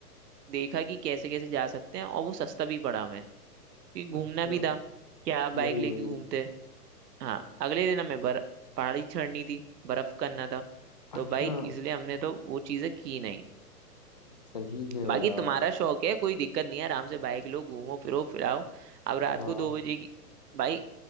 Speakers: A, on the right (about 75°); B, on the left (about 30°).
A: देखा कि कैसे कैसे जा सकते हैं और वो सस्ता भी पड़ा हमें क्योंकि घूमना
B: अच्छा
A: भी था क्या आप बाइक
B: वही
A: लेके
B: वही
A: घूमते हाँ अगले दिन हमें बर पहाड़ी चढ़नी थी बर्फ करना था तो
B: अच्छा
A: भाई इसलिए हमने तो वो चीजें की नहीं
B: सही है यार
A: बाकी तुम्हारा शौक है कोई दिक्कत नहीं है आराम से बाइक लो घूमो फिरो फिराओ अब रात
B: हाँ
A: को दो बजे की भाई